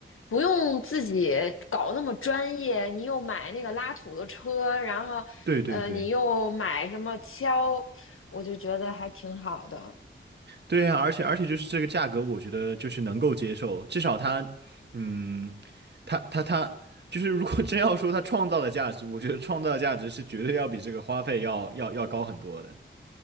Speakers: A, on the left; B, on the right.
A: 不用自己搞那么专业，你又买那个拉土的车，然后呃，
B: 对对对
A: 你又买什么锹。我就觉得还挺好的。
B: 对呀，而且而且就是这个价格，我觉得就是能够接受，至少它嗯，它它它就是如果 <laughs> 真要说它创造的价值，我觉得创造的价值是绝对要比这个花费要要要高很多的。